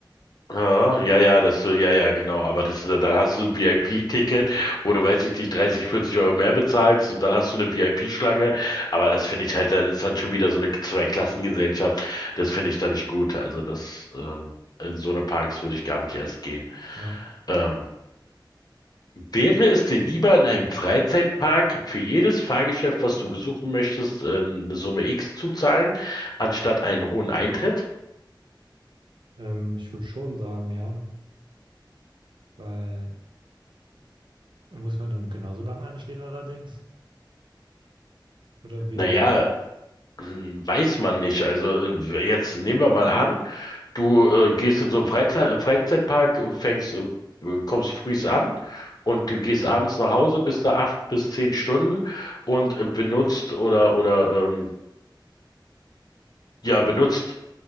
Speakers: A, on the left (about 50°); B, on the right (about 70°).
A: Ja, ja, ja, das, so- ja, ja, genau. Aber das, äh, dann hast du ein VIP-Ticket, wo du, weiß ich nicht, 30, 40 Euro mehr bezahlst und dann hast du eine VIP-Schlange. Aber das finde ich halt, das ist dann schon wieder so eine Zweiklassengesellschaft. Das finde ich da nicht gut. Also das, ähm, in so eine Parks würde ich gar nicht erst gehen.
B: Ja.
A: Ähm, wäre es dir lieber in einem Freizeitpark für jedes Fahrgeschäft, was du besuchen möchtest, äh, eine Summe X zu zahlen, anstatt einen hohen Eintritt?
B: Ähm, ich würde schon sagen, ja. Weil muss man dann genauso lange anstehen allerdings oder weniger
A: Naja,
B: lang?
A: hm, Weiß man nicht. Also äh, jetzt nehmen wir mal an, Du äh, gehst in so einen Freizeit Freizeitpark, fängst, äh, kommst frühs an und du gehst abends
B: Hm.
A: nach Hause, bist da acht bis zehn Stunden und äh, benutzt oder oder ähm, ja benutzt